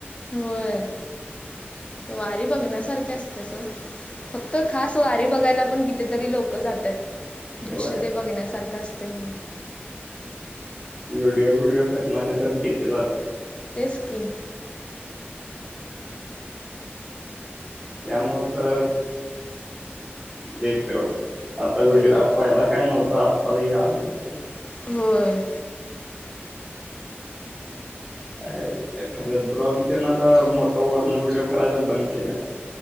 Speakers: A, on the left; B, on the right.
A: होय वारी बघण्यासारखी असतिया सोड. फक्त खास वारी बघायला पण कितीतरी लोकं जात्यात.
B: इथं
A: दृश्य
B: होय
A: ते बघण्यासारखं असतयं म्हणून.
B: व्हिडिओ बिडिओ करणारी तर किती जात्यात.
A: तेच की.
B: त्यामुळं तर अ बेपट्या वाटतयं. आता
A: होय.
B: व्हिडिओ आ पहिला काय नव्हतं आता हि आलयं खर.
A: होय.
B: काय खरं ड्रोन तेन आता मोठं वरन व्हिडिओ करायच बंद केल्यात.